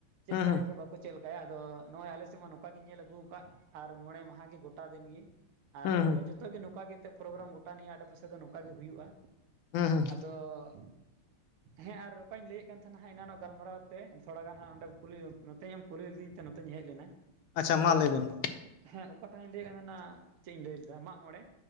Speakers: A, on the right; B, on the left.
A: ᱪᱮᱫ
B: ᱦᱩᱸ
A: ᱞᱮᱠᱟᱭᱟᱠᱚ
B: ᱦᱩᱸ
A: ᱵᱟᱡ ᱠᱚ ᱪᱮᱫ ᱞᱮᱠᱟᱭᱟ ᱟᱫᱚ ᱱᱚᱜᱼᱚᱭ ᱟᱞᱮ ᱥᱮᱫ ᱢᱟ ᱱᱚᱝᱠᱟ ᱜᱤᱧ ᱧᱮᱞ ᱟᱹᱜᱩ ᱟᱠᱟᱫ ᱟᱨ ᱢᱚᱬᱮ ᱢᱟᱦᱟ ᱜᱮ ᱜᱚᱴᱟ ᱫᱤᱱ ᱜᱮ ᱟᱨ
B: ᱦᱩᱸ ᱦᱩᱸ
A: ᱡᱚᱛᱚ ᱜᱮ ᱱᱚᱝᱠᱟ ᱜᱮ ᱮᱛᱮ ᱯᱨᱳᱜᱨᱟᱢ ᱜᱚᱴᱟ ᱱᱤᱭᱟᱹ ᱟᱰᱮᱯᱟᱥᱮ ᱫᱚ ᱱᱚᱝᱠᱟ ᱜᱮ ᱦᱩᱭᱩᱜ-ᱟ᱾
B: ᱦᱩᱸ ᱦᱩᱸ
A: ᱫᱚ ᱦᱮᱸ ᱟᱨ ᱚᱠᱟᱧ ᱞᱟᱹᱭᱮᱫ ᱠᱟᱱ ᱛᱟᱦᱮᱱᱟᱜ ᱮᱱᱟᱱᱚᱜ ᱜᱟᱞᱢᱟᱨᱟᱣ ᱛᱮ ᱛᱷᱚᱲᱟ ᱜᱟᱱ ᱦᱟᱸᱜ ᱚᱸᱰᱮ ᱠᱩᱞᱤ ᱱᱚᱛᱮᱧ ᱮᱢ ᱠᱩᱞᱤ ᱞᱤᱫᱤᱧ ᱛᱮ ᱱᱚᱛᱮᱧ ᱦᱮᱡ ᱞᱮᱱᱟ
B: ᱟᱪᱪᱷᱟ
A: ᱟᱫᱚ
B: ᱢᱟ ᱞᱟᱹᱭ ᱵᱮᱱ ᱢᱟ
A: ᱦᱮᱸ ᱚᱠᱟᱴᱟᱜ ᱤᱧ ᱞᱟᱹᱭᱮᱫᱱᱟ ᱪᱮᱫ ᱤᱧ ᱞᱟᱹᱭ ᱞᱮᱫᱟ ᱢᱟᱜᱢᱚᱬᱮ